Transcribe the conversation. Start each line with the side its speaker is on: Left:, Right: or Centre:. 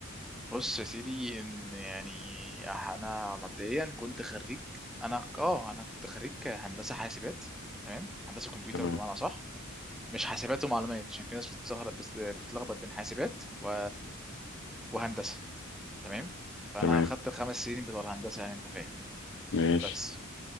Centre: بص يا سيدي ان يعني انا مبدئيا كنت خريج انا اه انا كنت خريج هندسة حاسبات تمام هندسة كمبيوتر
Left: تمام
Centre: بمعنى صح مش حاسبات ومعلومات عشان في ناس بتتسهر- بس بتتلخبط بين حاسبات و... وهندسه تمام فانا
Left: تمام
Centre: خدت الخمس سنين بتوع الهندسه يعني انت فاهم
Left: ماشي
Centre: بس